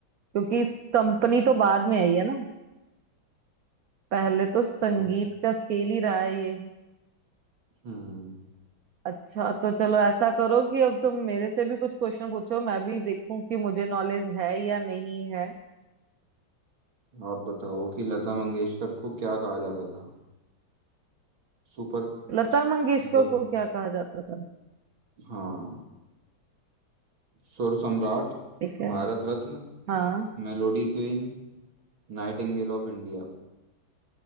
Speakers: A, on the right; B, on the right.
A: क्योंकि इस कंपनी तो बाद में आई है ना पहले तो संगीत
B: चलो
A: का स्केल ही रहा है ये
B: हम्म
A: अच्छा तो चलो ऐसा करो कि अब तुम मेरे से भी कुछ क्वेश्चन पूछो मैं भी देखूं कि मुझे नॉलेज है या नहीं है
B: आप बताओ कि लता मंगेशकर को क्या कहा जाता था सुपर
A: लता
B: स-
A: मंगेशकर
B: मतलब
A: को क्या कहा जाता था
B: हाँ सुर सम्राट
A: ठीक है
B: Bharat Ratna
A: हाँ
B: melody queen nightingale of India